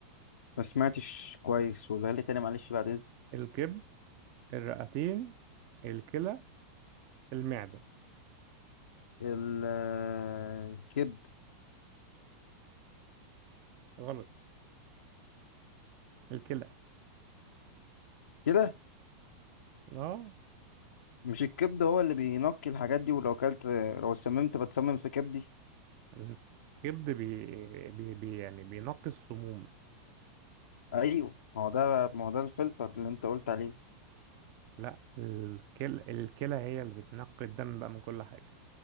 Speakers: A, on the left; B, on the right.
A: ما سمعتش كويس ولا لي تاني معلش بعد اذنك
B: الكبد الرئتين الكلى المعدة
A: الكبد
B: غلط الكلى
A: كده
B: اه
A: مش الكبد هو اللي بينقي الحاجات دي ولو كلت لو سممت بتسمم في كبدي
B: الكبد بي... بي... بي يعني بينقي السموم
A: ايوه ما هو ده ما هو ده الفلتر اللي انت قلت عليه
B: لا الكلى الكلى هي اللي بتنقي الدم بقى من كل حاجة